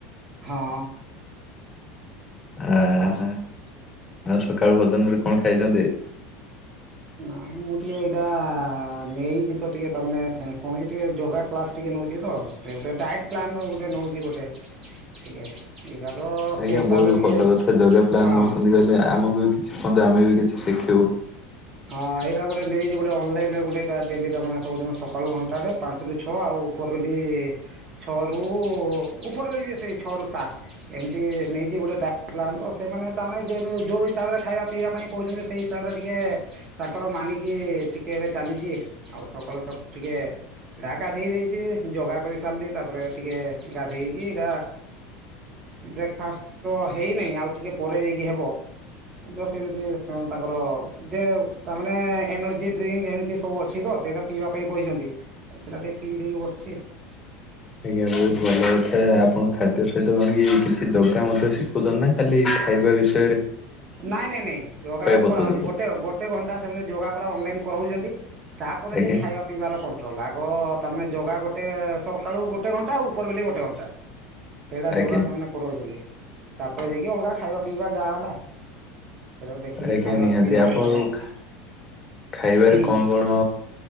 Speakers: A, on the right; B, on the left.
A: ହଁ।
B: ଆହା
A: ଆ
B: ଆଉ ସକାଳୁ ଭୋଜନ ରେ କଣ ଖାଇଚନ୍ତି?
A: ନା ମୁଁ ଟିକେ ଏଇଟା ନେଇଚି ତ ଟିକେ ତାମାନେ କଣ କି ଟିକେ ଯୋଗା କ୍ଲାସ ଟିକେ ଏଇନେ ଅଛି ତ ଗୋଟେ ଡାଏଟ୍ ପ୍ଲାନ୍ ଗୋଟେ ନଉଚି ଗୋଟେ ଟିକେ <unintelligible> ସେଇ
B: ଆଜ୍ଞା
A: ହିସାବରେ
B: ବହୁତ
A: ଟିକେ
B: ଭଲ କଥା ଜଗା ପ୍ଲାନ୍
A: ହଁ
B: ନଉଛନ୍ତି କଇଲେ ଆମକୁ ବି କିଛି କୁହନ୍ତୁ ଆମେ ବି କି ଶିଖିବ।
A: ହଁ ଏଇଟା ଗୋଟେ ନେଇକି ଗୋଟେ ଅନଲାଇନରେ ଗୋଟେ କାର ଡେଲି ଜଗନ୍ନାଥ ଓଦିନ ସକାଳୁ ଘଣ୍ଟ୍ ପଢେ ପାଞ୍ଚରୁ ଛଅ ଆଉ। ଉପରବେଲି ଛଅରୁୁ ଉପରବେଲି ବି ସେ ଛଅ ରୁ ସାତ ଏମତି ନେଇଯେ କିଏ ଗୋଟାଏ ଡାକଲାନ୍ ତ ସେମାନେ ତାମାନେ ଯେଦିନ ଯୋଉ ହିସାବରେ ଖାଇବା ପିଇବା ପାଇଁ କହୁଚନ୍ତି ହେଇ ହିସାବରେ ଟିକେ ଏ ତାଙ୍କର ମାନିକି ଟିକେ ଏବେ ଚାଲିଚି ଆଉ ସକାଳୁ ସକାଳୁ ଟିକେ ଏଇଟା ଗାଧେଇ ଦେଇଚି ଯୋଗା କରି ସାରିଲି ତାପରେ ଟିକେ ଗାଧେଇକି ଏଇଟା ବ୍ରେକଫାଷ୍ଟ ତ ହେଇନେଇ ଆଉ ଟିକେ ପରେ ଯାଇକି ହେବ। ଆଉ ଜଷ୍ଟ ଏମିତି ସେମାନେ ତାଙ୍କର ଦେ ତାମାନେେ ଏନର୍ଜି ଡ୍ରିଙ୍କ ଏମିତି ସବୁ ଅଛି ତ ସେଇଟା ପିଇବା ପାଇଁ କହିଚନ୍ତି ସେଇଟା ଟିକେ ପିଇ ଦେଇକି ବସଚି।
B: ଆଜ୍ଞା ବହୁତ ଭଲ କଥା ଆପଣ ଖାଦ୍ୟ ସହିତ କଣ କି କିଛି ଜ ଗା ମଧ୍ୟ ଶିଖୁଚନ୍ତି ନା ଖାଲି ଖାଇବା ବିଷ୍
A: ନାଇଁ ନାଇଁ ନାଇଁ ଯୋଗା
B: ବତଉଛନ୍ତି
A: କରାହଉଚି ଗୋଟେ ଗୋଟେ ଘଣ୍ଟା ସେମନେ ଯୋଗା କରାଉଛନ୍ତି, ତାପରେ
B: ଆଜ୍ଞା
A: ଯାଇ ଖାଇବା ପିଇବାର କଣ୍ଟ୍ରୋଲ, ଆଗ ତା ଜା ଗୋଟେ ସକାଳୁ ଗୋଟେ ଘଣ୍ଟା, ଆଉ ଉପର ବେଲି ଗୋଟେ ଘଣ୍ଟା, ସେଇଟା
B: ଆଜ୍ଞା
A: ଯୋଗ ସେମାନେ କରଉଛନ୍ତି। ତାପରେ ଯାଇକି ଅଲଗା ଖାଇବା, ପିଇବା ଯାହା ହେଲା ସେଇଟାକୁ ଦେଖିକି
B: ଆଜ୍ଞା,
A: ଖାଇବା
B: ନିହାତି
A: ପିଇବା
B: ଆପଣଙ୍କୁ
A: ପାଇଁ ସେମାନେ
B: ଖାଇବାରେ
A: ହୁଁ
B: କଣ କଣ?